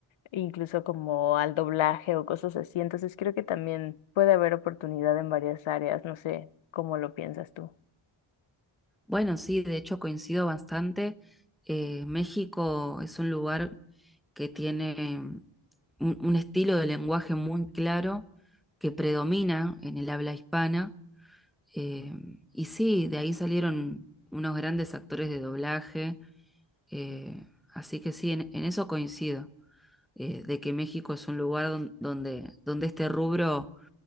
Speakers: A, on the left (about 70°); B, in the centre.
A: incluso como al doblaje o cosas así. Entonces creo que también puede haber oportunidad en varias áreas, no sé cómo lo piensas tú.
B: Bueno, sí, de hecho coincido bastante. Eh, México es un lugar que tiene un, un estilo de lenguaje muy claro que predomina en el habla hispana. Eh, y sí, de ahí salieron unos grandes actores de doblaje. eh, así que sí, en, en eso coincido, eh, de que México es un lugar don- donde, donde este rubro